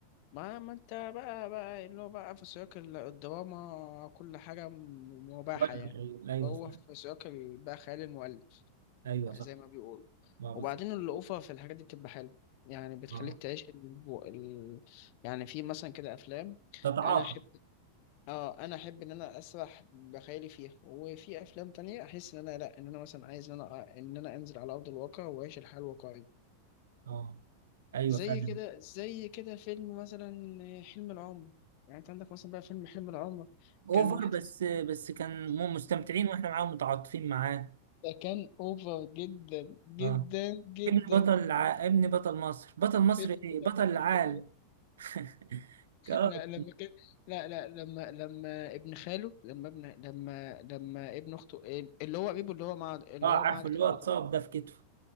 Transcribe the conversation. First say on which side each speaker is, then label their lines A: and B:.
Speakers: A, on the left; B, on the right.
A: ما ما انت بقى بقى اللي هو بقى في سياق ال- الدراما كل حاجة م- مباحة
B: ايوه
A: يعني
B: ايوه
A: وهو
B: صح
A: في سياق ال- بقى خيال المؤلف
B: ايوه
A: زي
B: صح
A: ما بيقولوا
B: اه
A: وبعدين
B: بالظبط
A: الأوفر في الحاجات دي بتبقى حلوة يعني بتخليك
B: اه
A: تعيش ال... ال... يعني في مثلا كده أفلام
B: تتعاطى
A: أنا أحب اه أنا أحب إن أنا أسرح بخيالي فيها وفي أفلام تانية أحس إن أنا لأ إن أنا مثلا عايز إن أنا إن أنا أنزل على أرض الواقع وأعيش الحياة الواقعية
B: اه ايوه
A: زي
B: فعلا
A: كده زي كده فيلم مثلا حلم العمر يعني انت عندك مثلا بقى فيلم حلم العمر
B: اوفر
A: كان واحد
B: بس بس كان مستمتعين واحنا معاهم متعاطفين معاه
A: ده كان اوفر جدا جدا
B: اه
A: جدا
B: ابن بطل ع... ابن بطل مصر بطل مصر
A: فيلم
B: ايه
A: كده-
B: بطل العالم
A: كده-
B: <laughs> اه
A: لا لما كان لا لا لما لما ابن خاله لما ابن لما لما ابن اخته اللي هو قريبه اللي هو معاه اللي
B: آه،
A: هو
B: عارفه
A: معاه كده
B: اللي هو
A: على
B: اتصاب
A: طول
B: ده في كتفه